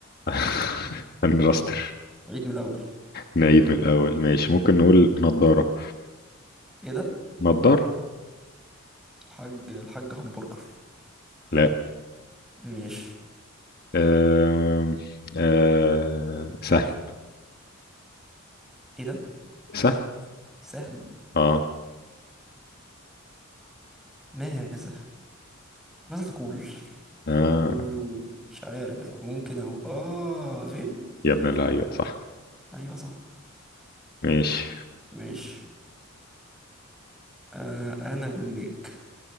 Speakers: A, on the left; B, in the centre.
A: <laughs> هنرستر
B: عيد من الاول
A: نعيد من الاول ماشي ممكن نقول نضاره
B: ايه ده
A: نضار
B: الحاج الحاج همبرجر
A: لا
B: مش
A: آم، آه، سهم
B: ايه ده
A: سهم
B: سهم
A: اه
B: ما هذا ماذا تقول
A: اه
B: مم، مش عارف يعني ممكن او اه فين
A: يا ابن اللعيبة صح
B: ايوه صح
A: ماشي
B: مش انا انا اقول لك